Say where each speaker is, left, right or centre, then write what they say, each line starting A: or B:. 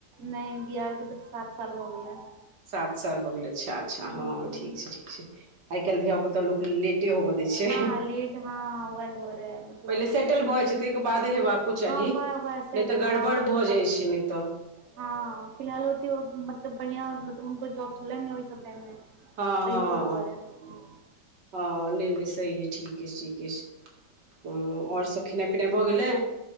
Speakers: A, on the right; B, on the right.
A: नहि बियाह के तऽ सात साल हो गेलै
B: सात साल हो गेलै अच्छा अच्छा
A: हूँ
B: हँ ठीक छै ठीक छै आइ काल्हि धिया पुता एतए लोग लेटे होबय दय छै
A: हँ लेट हँ
B: <inaudible>
A: वएह दुआरे मतलब
B: पहिले सेटल
A: ताहि दुआरे
B: भ जाए छै तेयके बादे हेबाके चाही
A: हँ वएह
B: नय
A: वएह सेटल
B: तऽ गड़बड़
A: हँ मतलब
B: भऽ जाइ छै ने तऽ
A: हँ फिलहाल ओत मतलब बढ़िआ मतलबो जॉब छलै ने ओइ सब टाइम
B: ह,
A: तहि
B: ह,
A: सब दुआरे हँ
B: ह नहि नहि सही है ठीके ठीके हं आओर सब खेनाइ पिनाइ भऽ गेलै